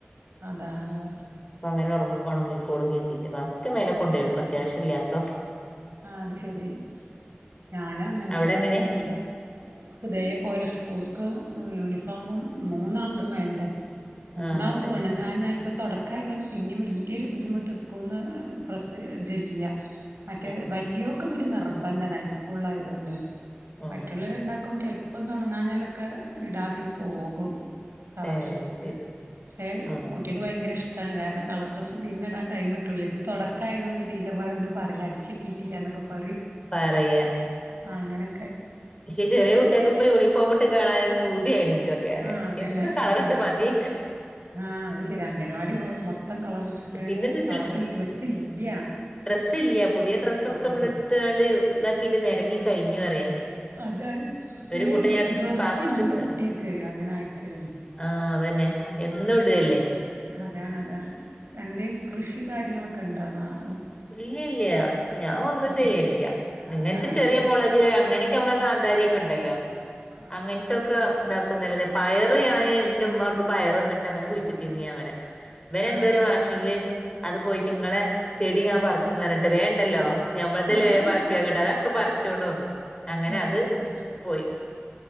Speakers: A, on the right (about 80°); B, on the left (about 20°).
A: അതാണതണ്
B: അങ്ങന ഉണങ്ങിക്ക കുളുി എത്തിയിട്ട് ബാക്കിക്ക്െ മലെ കൊണ്ടയിടും അത്യാവശ്യ ഇല്ലാത്തൊക്കെ
A: ആ അത് ശെരി ഞാനും അങ്ങനെ
B: അവിടെ
A: തന്നെയാണ്
B: എങ്ങനെ
A: എന്റെ മോൾക്ക് ഇതേ പോലെ സ്കൂൾക്ക് യൂണിഫോമും മൂന്നൾദും വേണ്ടെ മൂന്നാൾ
B: ആഹ് അതെ
A: തോണങ്ങ ഞപ്പ തുടക്കായതുകൊണ്ട് പിനേം വലിയൊരു ബുദ്ധിമുട്ട് കൊന്ന് പ്രസ് ദല്ലിയ
B: ആഹ്
A: വല്യോക്കിവിടെ <unintelligible> ർബന്ധന ഹൈസ്കൂള ആയതുകൊണ്ട്
B: ആഹ്
A: മറ്റുള്ളവരുണ്ടാക്കും ച ഇപ്പൊ തുടങ്ങാഞ്ഞാലൊക്കെ ഇടാതെയും പോകും കളർ
B: ഏഹ്
A: ഡ്രസ്സ്
B: അത്
A: ഇട്ട്
B: ശരി
A: പക്ഷെ
B: ആഹ്
A: കുട്ടികക്ക് ഭയങ്കര ഇഷ്ടമാണ് കാരണം കളർ ഡ്രസ്സ് പിന്നെ ഇടാൻ ടൈം കിട്ടൂല ഇത് തുടക്കായതുകൊണ്ട് ടീച്ചർമാരൊന്നും പറയിില്ല അടിച്ചി തീട്ടി എക്ക് പറയും
B: പറയാ
A: ആ അങ്ങനെ
B: പക്ഷെ ചെറിയ കുട്ടികക്കെ ഇപ്പൊ യൂണിഫോമ ഇട്ട് കാണാനും പൂതിയാണ് എനിക്കൊക്കെ അറിയ
A: ആ അതെന്നാ
B: എന്നും
A: ശരിയാണ്
B: കളറിട്ട് മതി
A: ആ അത് ശരി അംഗൻവാടി മൊം മൊത്തം കളർ ഇട്ടിട്ട്
B: പിന്നെന്ന്
A: കളറൽ ഡ്രെസ്സ് ഇല്ല
B: സ്യം പുതിയ ഡ്രസ്സൊക്കെ
A: ആഹ്
B: നമ്മള
A: ഡ്രസ്സ്
B: എടുത്താണ്ട് ഇതാക്കിയിട്ട് നിരങ്ങി കഴിഞ്ഞു അറിയാന്
A: അത പിന്നെ
B: ഒരു കൂട്ടം ഞാൻ
A: ഡ്രസ്സ്
B: പാത്തിച്ചക്കാണ്
A: ഇല്ല കുട്ടികക്ക് അങ്ങനായിട്ട്
B: ആഹ് അതന്നെ എന്നും ഇടല്ലേ
A: അതാണ് അതാണ് എന്തെ കൃഷി കാര്യങ്ങളൊക്കെ ഉണ്ടോന്നാൽ
B: ഇല്ല ഇല്ല ഞാൻ ഒന്നും
A: ഉം
B: ചെയ്യലില്ല നിങ്ങനത്തെ
A: ആഹ് അത്
B: ചെറിയ
A: ശരി
B: മുളക് അങ്ങനെ നമ്മള് കാന്താരി ഒക്കെ ഉണ്ടല്ലോ
A: ആഹ്
B: അങ്ങനത്തൊക്കെ ഉണ്ടാക്കുന്നല്ല പയറ് ഞാന്ൻ എന്റെറ ഉമ്മമാടുത്ത് പയർന്നിട്ട്ങ്ങനെ കുഴിച്ചിന്ന് ഞൻവിടെ പിന
A: ആഹ്
B: എന്തോരു വാശിയില് അത് പോയിട്ടിങ്ങളെ ചെടി ഞാൻ പറിചുന്നറഞ്ഞിട്ട് വേ ണ്ടല്ലോ ഞമ്മളതല്ലേ
A: ആഹ്
B: പറിക്കൻ കിട്ട അതൊക്കെ പറി ച്ചോണ്ട് പോകും അങ്ങനെ
A: നല്ല
B: അത്
A: കഥ
B: പോയി